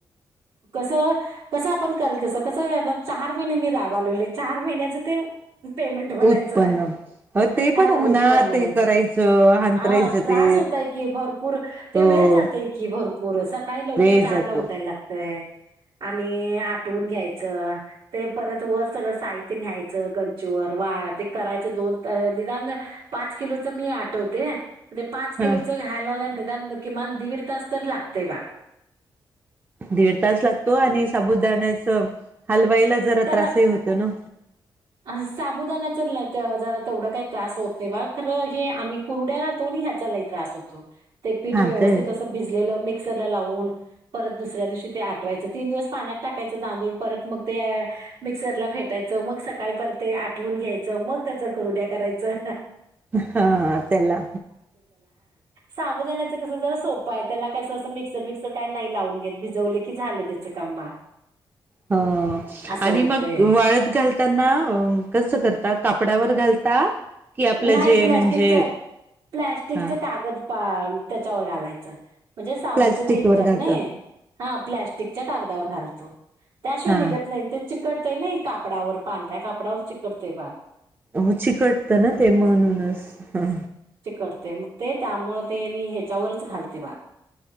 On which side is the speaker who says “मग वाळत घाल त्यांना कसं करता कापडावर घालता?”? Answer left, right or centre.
Right